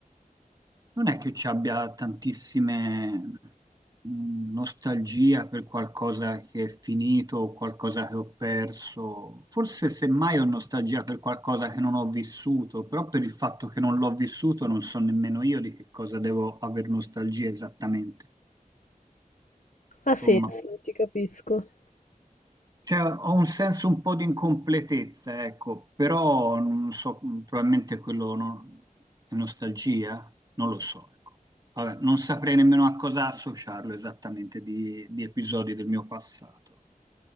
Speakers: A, on the right (about 25°); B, on the left (about 60°).
A: non è che ci abbia tantissime mh, nostalgia per qualcosa che è finito o qualcosa che ho perso, forse semmai ho nostalgia per qualcosa che non ho vissuto, però per il fatto che non l'ho vissuto non so nemmeno io di che cosa devo aver nostalgia esattamente.
B: Ha senso,
A: Insomma.
B: ti capisco.
A: Cioè, ho un senso un po' di incompletezza, ecco, però non so, probabilmente quello non- è nostalgia, non lo so, ecco. Vabbè, non saprei nemmeno a cosa associarlo esattamente di, di episodi del mio passato.